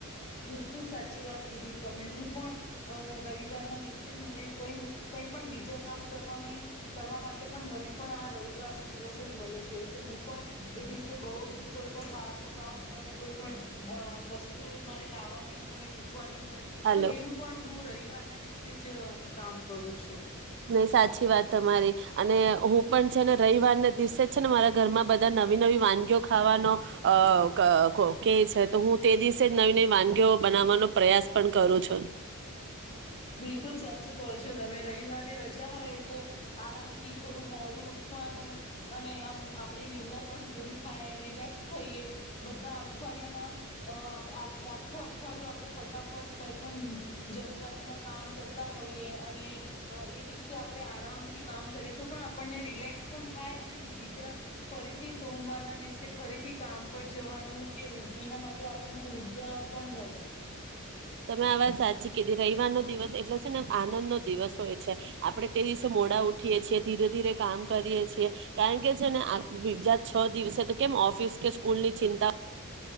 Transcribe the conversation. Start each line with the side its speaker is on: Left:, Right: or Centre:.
Left: બિલકુલ સાચી વાત કીધી તમે હું પણ રવિવારના દિવસે જ મને કઈ કઈ પણ બીજા કામ કરવાને કરવા માટે પણ મને પણ આ રવિવાર નો દિવસ જ મલે છે એટલે હું પણ એ દિવસે બહુ જ કોઈ પણ બહાર નું કામ હોય કોઈ પણ અહ વસ્તુ ઈ મારે લાવવાની હોય મૂકવાની હોય
Right: હલો
Left: તો એનું પણ હું રઈ વાર ના દિવસે જ કામ કરું છું.
Right: નહીં સાચી વાત તમારી, અને હું પણ છે ને રઈવારના દિવસે જ છે ને મારા ઘરમાં બધા નવી-નવી વાનગીઓ ખાવાનો અહ ક કે છે તો હું તે દિવસે જ નવી-નવી વાનગીઓ બનાવાનો પ્રયાસ પણ કરું છું
Left: બિલકુલ સાચું કહો છો તમે. રવિવારે રજા હોય એટલે આરામથી થોડું મોડું ઉઠવાનું અને આમ આપડી નીંદર પણ પૂરી થાય, રિલેક્સ થઈએ બધા અઠવાડિયામાં અહ આ આખું અઠવાડિયું આપડે ફટાફટ કાઈ પણ જલ્દબાજીમાં કામ કરતા હોઈએ અને ઈ દિવસે આપણે આરામથી કામ કરીએ તો પણ આપણને રિલેક્સ પણ થાય અને બીજા ફરીથી સોમવારના દિવસે ફરીથી કામ પર જવાનું કે <unintelligible> ના માટે આપણને ઉર્જા પણ મળે.
Right: તમે આ વાત સાચી કીધી. રઈવાર નો દિવસ એટલે છે ને આનંદ નો દિવસ હોય છે. આપણે તે દિવસે મોડા ઉઠીયેએ છીએ, ધીરે-ધીરે કામ કરીએ છીએ કારણ કે છે ને આ બીજા છ દિવસે તો કેમ ઓફિસ કે સ્કૂલ ની ચિંતા